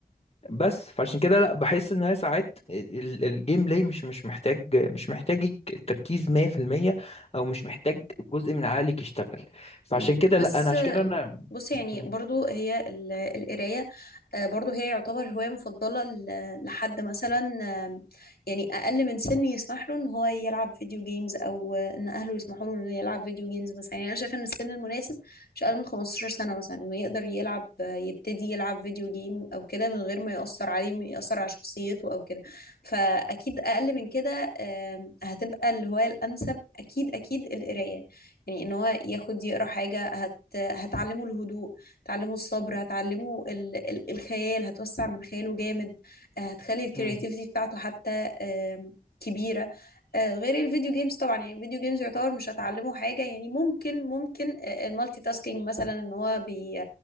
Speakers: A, on the left; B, on the left.
A: بس فعشان كده لا بحس ان هي ساعات ال- الجيم بلاي مش مش محتاج مش محتاجك تركيز 100% او مش محتاج جزء من عقلك يشتغل فعشان
B: مم.
A: كده
B: بس
A: لا انا عشان
B: آه،
A: كده انا
B: بص يعني
A: م-
B: برضو هي ال- القراية آه، برضو هي يعتبر هواية مفضلة ل- لحد مثلا آه، يعني أقل من سن يسمح له إن هو يلعب فيديو جيمز أو آه، إن أهله يسمحوا له إنه يلعب فيديو جيمز مثلا يعني أنا شايفة إن السن المناسب مش أقل من 15 سنة مثلا إنه يقدر يلعب آه، يبتدي يلعب فيديو جيم أو كده من غير ما يأثر عليه ويأثر على شخصيته أو كده فأكيد أقل من كده آه، هتبقى الهواية الأنسب أكيد أكيد القراية يعني ان هو ياخد يقرا حاجه هت هتعلمه الهدوء هتعلمه الصبر هتعلمه ال... ال... الخيال هتوسع من خياله جامد آه، هتخلي الكرياتيفيتي
A: م-
B: بتاعته حتى آم، كبيره آه، غير الفيديو جيمز طبعا يعني الفيديو جيمز يعتبر مش هتعلمه حاجه يعني ممكن ممكن آه، المالتي تاسكينج مثلا ان هو بي...